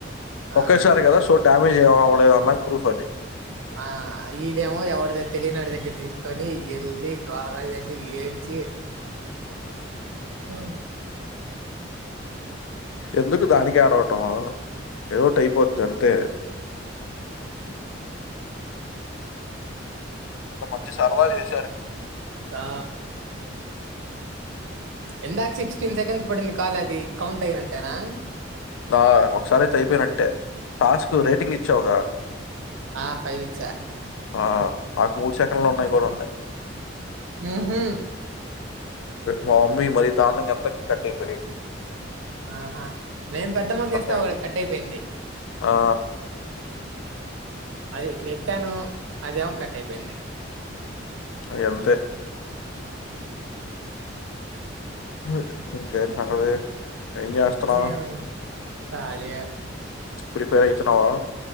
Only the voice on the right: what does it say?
ఆ!
ఆ ఈడెమో ఎవడి దే తెలినోడు దగ్గర తీసుకొని ఎల్లి గోల గోల చేసి ఏడ్చి హా
ఆ! ఇందాక సిక్స్టీన్ సెకండ్స్ పడింది కాల్ అది కౌంట్ అయినంటేనా.
ఆ! ఇచ్చా.
మ్ హు్
ఆహా నేన్ పెద్దమ్మ చేస్తా
ఒకటీ కట్ అయిపోయింది.
అది ఎత్తాను అదేమో కట్ అయిపోయింది.
నేను ఖాళీయే